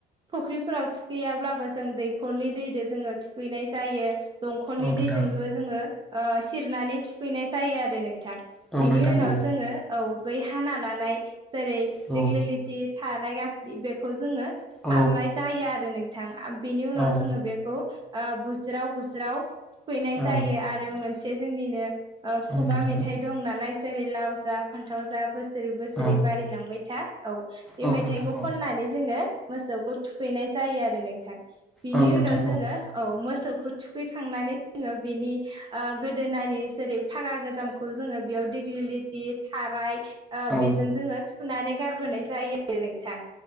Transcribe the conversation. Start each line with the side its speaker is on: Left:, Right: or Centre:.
Right: फुख्रिफोराव थुखैयाब्लाबो जों दैखरनि दैदो जोङो थुखैनाय जायो । दंखलनि
Centre: औ नोंथां
Right: दैजोंबो' जोङो ओ सिरनानै थुखैनाय जायो आरो नों थां
Centre: औ
Right: बिनि
Centre: नोंथां
Right: उनाव
Centre: औ
Right: जोङो औ बै हाना लानाय जेरै
Centre: औ
Right: दिग्लिलिथि थाराय गाज्लि बेखौ जोङो सारनाय
Centre: औ
Right: जायो आरो नोंथां आ बेनि उनाव
Centre: औ
Right: जोङो बेखौ ओ बुस्राव-बुस्राव थुखैनाय
Centre: औ
Right: जायो आरो मोनसे जोंनिनो ओ
Centre: औ
Right: खुगा
Centre: नोंथां
Right: मेथाइ दं नालाय जेरै-लाव जा फान्थाव जा बो सोरै बोसोरै
Centre: औ
Right: बारिलांबाय था औ बे
Centre: औ
Right: मेथाइखौ
Centre: नोंथां औ
Right: खननानै जोङो मोसौ खौ थुखैनाय जायो आरो नोंथां बिनि
Centre: औ नोंथां
Right: उनाव जोङो औ मोसौ खौ थुखैखांनानै जोङो बेनि ओ गोदोनानि जेरै फारा गोजामखौ जोङो बेयाव दिग्लि लिथि, थाराय ओ
Centre: औ
Right: बेजों जोङो थुनानै गारबोनाय जायो आरो नोंथां।